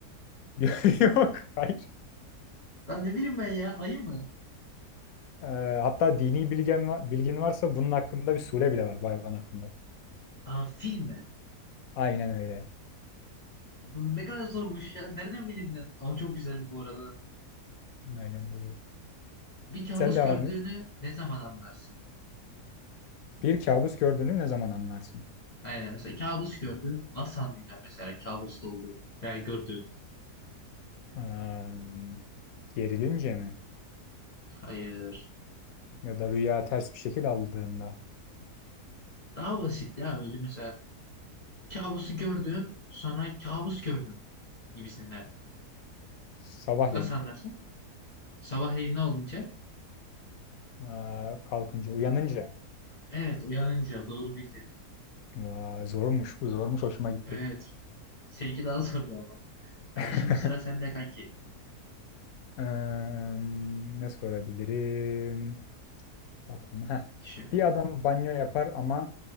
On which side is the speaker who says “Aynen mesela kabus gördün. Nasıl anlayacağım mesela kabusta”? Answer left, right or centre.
Left